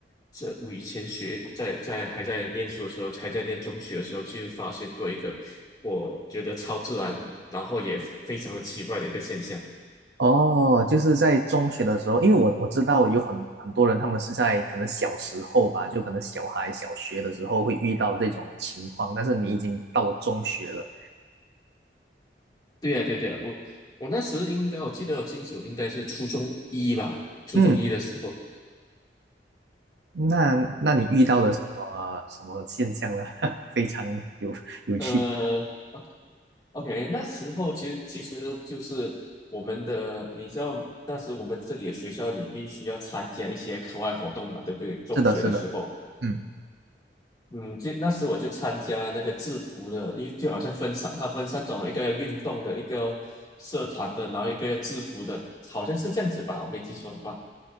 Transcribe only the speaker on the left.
这我以前学在在还在念书的时候，还在念中学的时候，就发现过一个我觉得超自然，然后也非常的奇怪的一个现象。
对呀，对对呀，我我那时应该我记得很清楚，应该是初中一吧，初中一的时候，
嗯
呃，OK，那时候其实其实就是我们的，你知道，当时我们这里的学校，你必须要参加一些课外活动嘛，对不对？中学的时候，
嗯，就那时我就参加那个制服的，因为就好像分三，它分三种，一个要运动的，一个社团的，然后一个要制服的，好像是这样子吧，我没记错的话。